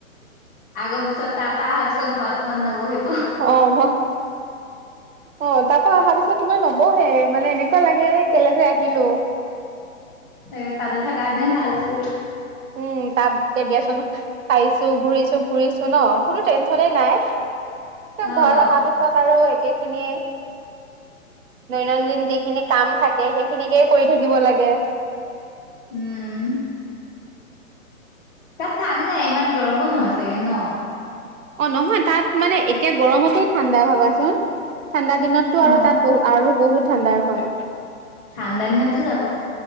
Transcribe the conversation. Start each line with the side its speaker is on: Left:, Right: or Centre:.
Left: আগৰ পিছত তাৰপা অহাৰ পিছত ঘৰত মন নবহিব।
Right: অ', ম অ', তাৰপা অহা পিছত তোমই নবহে মানে এনেকুৱা লাগে কেলে যে আহিলোঁ।
Left: এ তাতে থকাহেঁতেন ভাল আছিল।
Right: উম' তাত এতিয়া দিয়াচোন খাইছোঁ, ঘূৰিছোঁ, ফুৰিছোঁ ন কোনো টেনচনেই নাই। ত,
Left: অ',
Right: ঘৰ অহাৰ পিছত আৰু এইখিনিয়ে দৈনন্দিন যিখিনি কাম থাকে সেইখিনিকেই কৰি থাকিব লাগে।
Left: উম'। তাত ঠাণ্ নাই ইমান গৰমো নহয় চাগে ন?
Right: অ, নহয় তাত মানে এতিয়া গৰমতেই ঠাণ্ডা ভাবাচোন ঠাণ্ডা দিনতো আৰু
Left: অ',
Right: তাত বহু আৰু বহুত ঠাণ্ডাৰ হয়।
Left: ঠাণ্ডা দিনত টো যাব